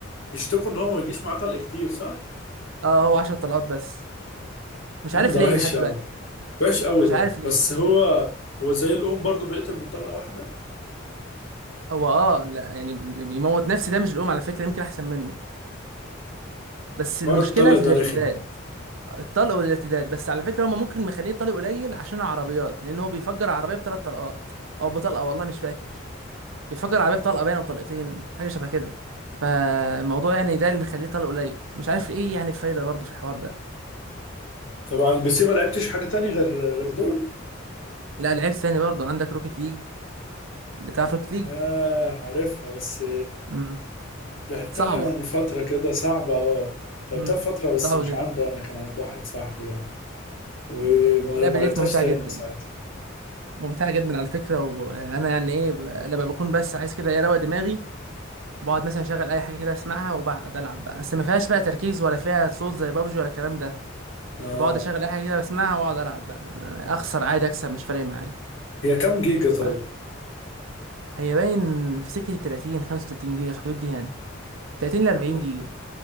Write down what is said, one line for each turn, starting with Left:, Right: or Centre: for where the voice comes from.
Left: بيشتكوا إن هو ما يجيش معاه طلق كتير صح؟
Right: اه هو 10 طلقات بس مش
Left: يا
Right: عارف
Left: عم ده
Right: ليه
Left: وحش
Right: لحد دلوقتي
Left: أوي وحش قوي
Right: مش
Left: ده
Right: عارف
Left: بس
Right: ليه
Left: هو هو زي الأم برضو بيقتل من طلقة واحدة
Right: هو اه لا يعني بي- بيموت نفسي ده مش الأوم على فكرة يمكن أحسن منه بس المشكله
Left: حوار الطلق
Right: في الارتداد
Left: ده رخم
Right: الطلق والارتداد بس على فكره هما ممكن مخلين طلق قليل عشان العربيات لان هو بيفجر عربيه بثلاث طلقات او بطلقه والله مش فاكر بيفجر عربيه بطلقه باينه او بطلقتين حاجه شبه كده فالموضوع يعني ده اللي مخليه طلق قليل مش عارف ايه يعني الفايده برضه في الحوار ده
Left: طب على البي سي ما لعبتش حاجة تاني غير غير دول
Right: لا لعيب ثاني برضه عندك روكيت ليج اللي تعرف روكيت ليج
Left: ياه عارفها بس
Right: امم
Left: لعبتها
Right: صعبه
Left: يعني فترة كده صعبة اه لعبتها
Right: امم
Left: فترة بس
Right: صعبه
Left: مش
Right: جدا
Left: عندي أنا كان عند واحد صاحبي يعني وما
Right: مم. اللعبه
Left: ما لعبتهاش
Right: ديت ممتعه
Left: تاني
Right: جدا
Left: من ساعتها
Right: ممتعه جدا على فكره وانا يعني ايه ب- لما بكون بس عايز كده ايه اروق دماغي بقعد مثلا اشغل اي حاجه كده اسمعها وبقعد العب بقى بس ما فيهاش بقى تركيز ولا فيها صوت زي بابجي ولا الكلام ده
Left: اه
Right: فبقعد اشغل اي حاجه كده بسمعها واقعد العب بقى ما- اخسر عادي اكسب مش فارق معايا
Left: هي كام جيجا طيب
Right: بقى. هي باين في سكه ال 30 35 جيجا في الحدود دي يعني 30 ل 40
Left: لا،
Right: جيجا